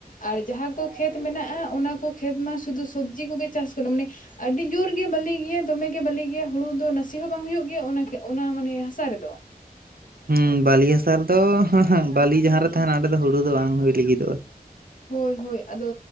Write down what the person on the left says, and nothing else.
ᱟᱨ ᱡᱟᱦᱟᱸ ᱠᱚ ᱠᱷᱮᱛ ᱢᱮᱱᱟᱜᱼᱟ ᱚᱱᱟ ᱠᱚ ᱠᱷᱮᱛ ᱢᱟ ᱥᱩᱫᱷᱩ ᱥᱚᱵᱽᱡᱤ ᱠᱚᱜᱮ ᱪᱟᱥ ᱜᱟᱱᱚᱜ ᱢᱟᱱᱮ ᱟᱹᱰᱤ ᱡᱳᱨ ᱜᱮ ᱵᱟᱹᱞᱤ ᱜᱮᱭᱟ ᱫᱚᱢᱮ ᱜᱮ ᱵᱟᱹᱞᱤ ᱜᱮᱭᱟ ᱦᱩᱲᱩ ᱫᱚ ᱱᱟᱥᱮ ᱦᱚᱸ ᱵᱟᱝ ᱦᱩᱭᱩᱜ ᱜᱮᱭᱟ ᱚᱱᱟ ᱢᱟᱱᱮ ᱦᱟᱥᱟ ᱨᱮᱫᱚ ᱾
ᱦᱳᱭ ᱦᱳᱭ ᱟᱫᱚ